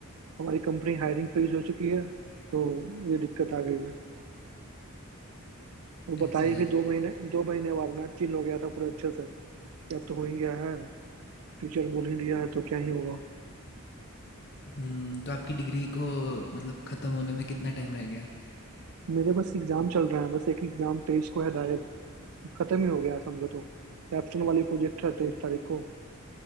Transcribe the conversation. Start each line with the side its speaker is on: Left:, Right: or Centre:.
Right: हमारी कंपनी हायरिंग फ्रीज हो चुकी है तो ये दिक्कत आ गई है वो
Left: ऐसा
Right: बताई
Left: है
Right: फिर दो महीने दो महीने बाद मैं चिल हो गया था पूरे अच्छे से कि अब तो हो ही गया है टीचर बोल ही दिया है तो क्या ही होगा
Left: हम्म तो आपकी डिग्री को मतलब ख़त्म होने में कितना टाइम रह गया
Right: मेरे बस एग्जाम चल रहा है बस एक एग्जाम तेईस को है डायरेक्ट खत्म ही हो गया समझो तो कैप्स्टन वाली प्रोजेक्ट है तेईस तारीख को